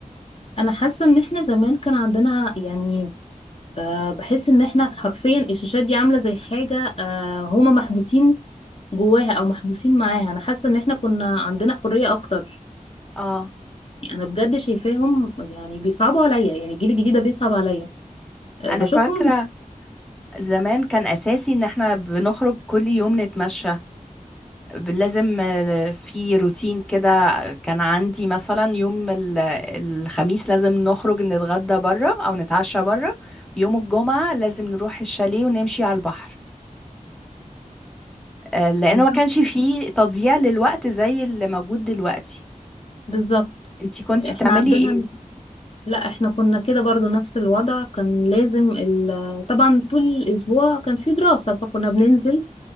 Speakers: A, on the left; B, in the centre.
A: انا حاسه ان احنا زمان كان عندنا يعني أه بحس ان احنا حرفيا الشاشات دي عامله زي حاجه أه هما محبوسين جواها او محبوسين معاها انا حاسه ان احنا كنا عندنا حريه اكتر
B: اه
A: يعني انا بجد شايفاهم يعني بيصعبوا عليا يعني الجيل الجديد ده بيصعب عليا أه
B: انا
A: بشوفهم
B: فاكرة زمان كان اساسي ان احنا بنخرج كل يوم نتمشى لازم آه، في روتين كده كان عندي مثلا يوم ال- الخميس لازم نخرج نتغدى بره او نتعشى بره يوم الجمعة لازم نروح الشاليه ونمشي على البحر آه، لانه
A: بالظبط
B: ما كانش فيه تضييع للوقت زي اللي موجود دلوقتي
A: بالظبط.
B: انتي كنتي
A: احنا
B: بتعملي
A: عندنا
B: ايه
A: لا احنا كنا كده برضو نفس الوضع كان لازم ال... طبعا طول الاسبوع كان في دراسه فكنا بننزل